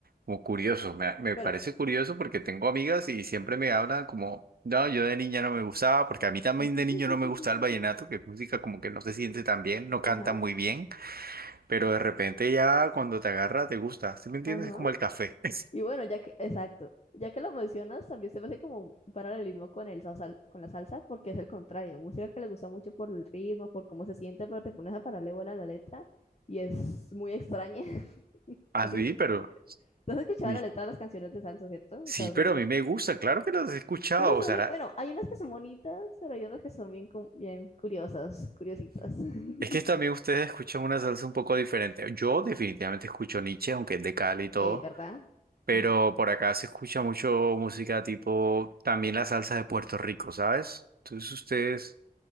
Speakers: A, on the right (about 75°); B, on the left (about 45°).
A: como curioso. Me, me
B: Pero.
A: parece curioso porque tengo amigas y siempre me hablan como, no, yo de niña no me gustaba, porque a mí
B: <laughs>
A: también de niño no me gustaba el vallenato, que es música como que no se siente tan bien, no canta
B: Ajá,
A: muy bien, pero de repente ya cuando te agarra te gusta. ¿Sí me entiendes?
B: ajá.
A: Es como el café. <laughs>
B: Y bueno, ya que, exacto. Ya que lo mencionas, también se me hace como un paralelismo con el sasal- con la salsa, porque es el contrario. Música que le gusta mucho por el ritmo, por cómo se siente, pero te pones a pararle paralelo a la letra y es muy extraña. <laughs>
A: Así,
B: Casi.
A: pero...
B: no has escuchado
A: ni-
B: la letra de las canciones de salsa, cierto?
A: Sí,
B: O sea,
A: pero
B: son
A: a mí me gusta, claro que los he escuchado,
B: Pero son,
A: o sea,
B: eh, bueno, hay unas que son bonitas, pero hay otras que son bien, cu- bien curiosas, curiositas. <laughs>
A: Es que también ustedes escuchan una salsa un poco diferente. Yo definitivamente escucho Nietzsche, aunque es de Cali y todo,
B: Es verdad.
A: pero
B: Ujú.
A: por acá se escucha mucho música tipo también la salsa de Puerto Rico, ¿sabes? Entonces ustedes